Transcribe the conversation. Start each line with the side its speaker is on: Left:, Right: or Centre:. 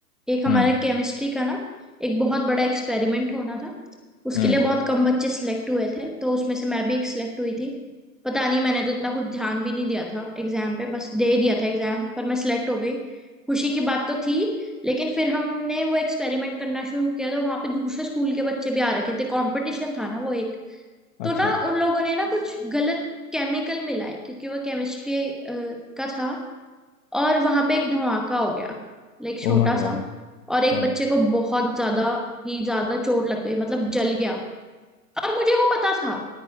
Centre: एक हमारा
Left: हम्म
Centre: केमिस्ट्री का ना एक बहुत बड़ा एक्सपेरिमेंट होना था उसके
Left: हम्म
Centre: लिए बहुत कम बच्चे सिलेक्ट हुए थे तो उसमें से मैं भी एक सिलेक्ट हुई थी पता नहीं मैंने तो इतना कुछ ध्यान भी नहीं दिया था एग्जाम पे बस दे दिया था एग्जाम पर मैं सिलेक्ट हो गई खुशी की बात तो थी लेकिन फिर हमने वो एक्सपेरिमेंट करना शुरू किया तो वहां पे दूसरे स्कूल के बच्चे भी आ रखे थे कंपटीशन था ना वो एक
Left: अच्छा
Centre: तो ना उन लोगों ने ना कुछ गलत केमिकल मिलाए क्योंकि वो केमिस्ट्री का था और वहां पे एक धमाका हो गया लाइक छोटा
Left: Oh my god
Centre: सा और एक
Left: हाँ
Centre: बच्चे को बहुत ज्यादा ही ज्यादा चोट लग गई मतलब जल गया और मुझे वो पता था